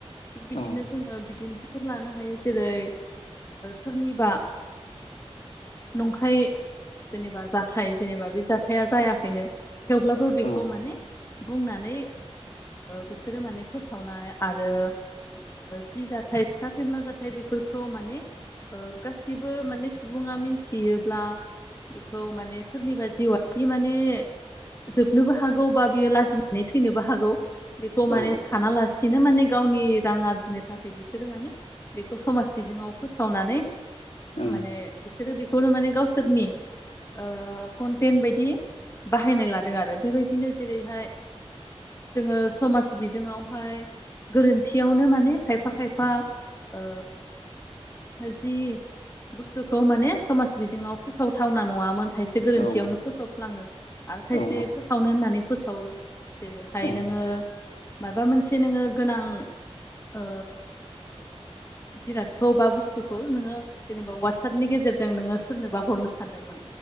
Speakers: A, on the left (about 25°); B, on the left (about 80°).
A: थिग बिदिनो
B: होदो
A: जोङो बिदिनो फोर लानो हायो जेरै सोरनिबा नंखाय जेनेबा जाथाय जेनेबा बे जाथाया जायाखैनो थेवब्लाबो बेखौ
B: औ
A: माने बुंनानै बिसोरो माने फोसावनाय आरो जि जाथाय फिसा फेनला जाथायाइ बेफोरखौ माने ओ गासिबो माने सुबुङा मिन थियोब्ला बेखौ माने सोरनिबा जिउआदि माने जोबनोबो हागौ बा बियो लाजिनानै थैनोबो हागौ बेखौ
B: औ
A: माने सानालासिनो माने गावनि रां आरजिनो थाखाय बिसोरो माने बेखौ समाज बिजोङाव फोसावनानै
B: औ ओं
A: माने बिसोरो बे खौनो माने गावसोरनि ओ कन्टेन्ट बायदि बाहायनाय लादों आरो बेबायदिनो जेरैहाय जोङो समाज बिजोङावहाय गोरोन्थियावनो माने खायफा खायफा ओ जि बुस्थुखौ माने समाज बिजोङाव फोसावथावना नङामोन खायसे गोरोन्थियावनो
B: औ
A: फोसावफ्लाङो आरो खायसे
B: औ
A: फोसावनो होननानै फोस सावो जेरै हाय
B: औ
A: नोङो माबा मोनसे नोङो गोनां ओ जिरादखौ बा बुस्थुखौ नोङो जेनेबा वाटसपनि गेजेरजों जों नोङो सोरनोबा हरनो सानदोंमोन